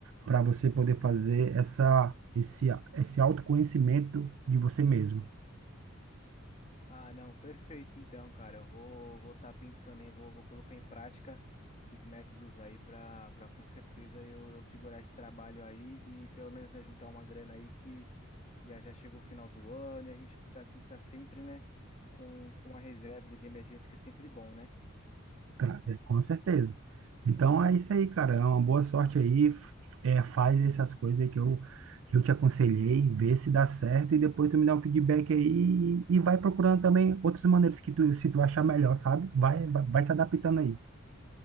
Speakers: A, on the right (about 65°); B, on the left (about 35°).
A: para você poder fazer essa esse esse autoconhecimento de você mesmo.
B: Ah, não, perfeito então, cara. Eu vou vou estar pensando em vou, vou colocar em prática esses métodos aí para para com certeza eu, eu segurar esse trabalho aí e pelo menos né, juntar uma grana aí que, que já já chegou o final do ano e a gente tá tem que estar sempre, né, com com uma reserva de emergência que é sempre bom, né?
A: Tra- é, Com certeza. Então é isso aí, cara. É uma boa sorte aí. f- É, faz essas coisas aí que eu, que eu te aconselhei, vê se dá certo e depois tu me dá um feedback aí e, e vai procurando também outras maneiras que tu, se tu achar melhor, sabe? Vai, vai, vai se adaptando aí.